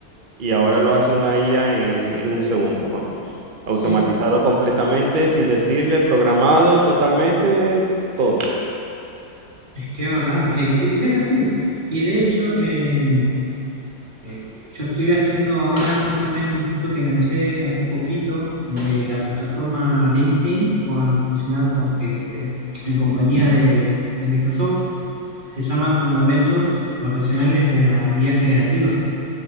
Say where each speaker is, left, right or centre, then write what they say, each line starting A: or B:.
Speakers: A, on the right; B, on the right.
A: Y ahora lo hace una IA en, en un segundo, vamos. Automatizado
B: sí,
A: completamente, sin decirle, programado totalmente, todo.
B: es que es verdad, eh, que es, así. Y de hecho, eh, eh, yo estoy haciendo ahora justamente un curso que enganché hace poquito de la plataforma LinkedIn, con, fusionado con que, eh, en compañía de de Microsoft. que se llama Fundamentos Profesionales de la IA Generativa.